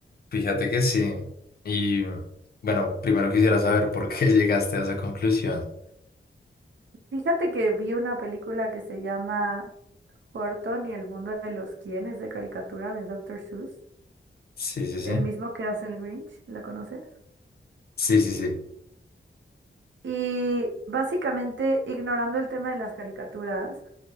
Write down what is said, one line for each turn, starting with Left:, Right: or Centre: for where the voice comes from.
Left: Fíjate que sí. Y bueno, primero quisiera saber por qué <laughs> llegaste a esa conclusión.
Right: Fíjate que vi una película que se llama Horton y el mundo de los quién, es de caricatura de Doctor Seuss,
Left: Sí, sí, sí.
Right: el mismo que hace el Grinch, ¿la conoces?
Left: Sí, sí, sí.
Right: Y básicamente, ignorando el tema de las caricaturas,